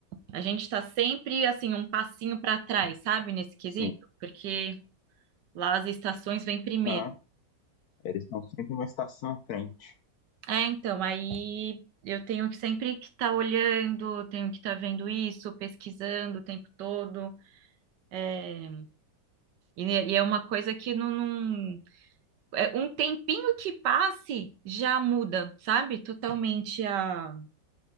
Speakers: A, on the right; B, on the left.
A: A gente está sempre assim um passinho para trás, sabe, nesse quesito,
B: Sim.
A: porque lá as estações vêm primeiro.
B: Aham. Eles estão sempre uma estação à frente.
A: É, então, aí eu tenho que sempre que estar olhando, tenho que estar vendo isso, pesquisando o tempo todo. É, E, e é uma coisa que não, não- é um tempinho que passe já muda, sabe? Totalmente a